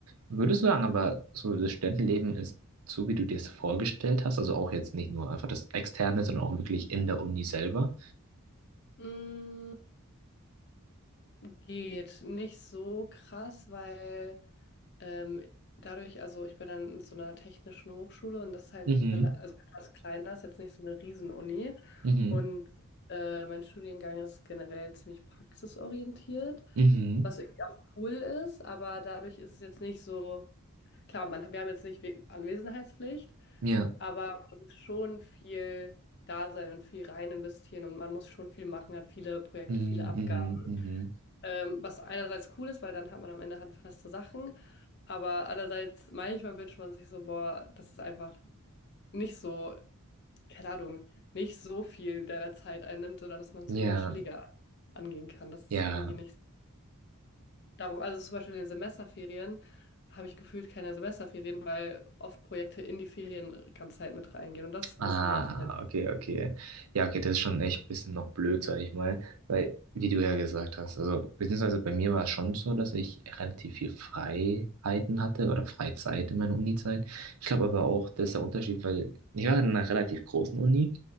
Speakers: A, on the right; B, on the left.
A: Würdest du sagen, aber so das Studentenleben ist so, wie du dir es vorgestellt hast, also auch jetzt nicht nur einfach das Externe, sondern auch wirklich in der Uni selber?
B: Mm, geht nicht so krass, weil Ähm, dadurch, also ich bin dann in so einer technischen Hochschule und das ist halt
A: Mhm,
B: rela- also etwas kleiner, ist jetzt nicht so eine Riesenuni.
A: mhm,
B: Und äh, mein Studiengang ist generell ziemlich praxisorientiert,
A: mhm,
B: was irgendwie auch cool ist, aber dadurch ist es jetzt nicht so, klar, man, wir haben jetzt nicht wie- Anwesenheitspflicht,
A: ja,
B: aber man muss schon viel da sein und viel rein investieren und man muss schon viel machen, hat viele Projekte,
A: mhm,
B: viele Abgaben.
A: mhm, mhm,
B: Ähm, was einerseits cool ist, weil dann hat man am Ende handfeste Sachen, aber andererseits manchmal wünscht man sich so, boah, dass es einfach nicht so, keine Ahnung, nicht so viel deiner Zeit einnimmt, sondern dass man es
A: ja.
B: irgendwie chilliger angehen kann. Das ist
A: Ja,
B: irgendwie nicht darum. Also zum Beispiel in den Semesterferien habe ich gefühlt keine Semesterferien, weil oft Projekte in die Ferien ganze Zeit mit reingehen und das ist
A: Ah,
B: ein bisschen nervig.
A: okay, okay. Ja, okay, das ist schon echt ein bisschen noch blöd, sag ich mal, weil, wie du ja gesagt hast, also, beziehungsweise bei mir war es schon so, dass ich relativ viel Freiheiten hatte oder Freizeit in meiner Unizeit. Ich glaube aber auch, das ist der Unterschied, weil ich war in einer relativ großen Uni